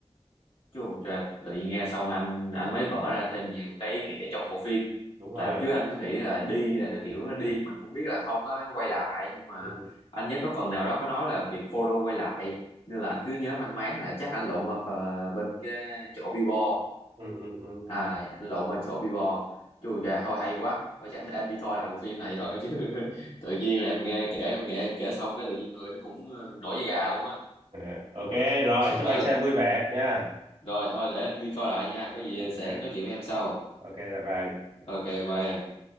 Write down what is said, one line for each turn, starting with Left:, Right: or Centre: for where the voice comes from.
Left: Chú trời, tự nhiên nghe xong anh anh mới vỡ ra thêm nhiều cái ý nghĩa trong bộ phim.
Right: đúng
Left: Tại
Right: rồi
Left: lúc trước anh cứ nghĩ là đi là theo kiểu đi mình cũng biết là không có quay lại nhưng mà
Right: ừ,
Left: anh nhớ có phần nào đó có nói là việc Frodo quay lại nên là anh cứ nhớ mang máng là chắc anh lộn qua phờ- bên cái chỗ Bilbo.
Right: ừ, ừ, ừ.
Left: À anh lộn qua chỗ Bilbo. Chú trời thôi hay quá. Thôi chắc để anh đi coi lại bộ phim này thôi chứ <laughs> tự nhiên là em nghe kể em nghe kể xong cái tự nhiên người nó cũng ờ, nổi da gà luôn á.
Right: <laughs> ok rồi chúc
Left: Ờ
Right: anh xem vui vẻ nha
Left: rồi thôi để anh đi coi lại nha, có gì
Right: ok
Left: sẽ nói chuyện với em sau.
Right: ok là bye
Left: ok bye em